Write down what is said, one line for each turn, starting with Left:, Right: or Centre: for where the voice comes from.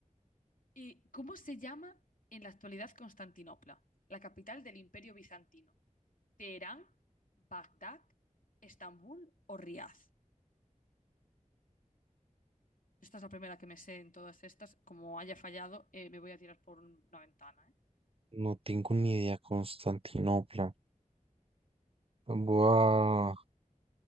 Left: ¿Y cómo se llama en la actualidad Constantinopla, la capital del Imperio Bizantino? ¿Teherán, Bagdad, Estambul o Riad? Esta es la primera que me sé en todas estas. Como haya fallado, eh, me voy a tirar por una ventana, ¿eh?
Right: no tengo ni idea, Constantinopla. Buah,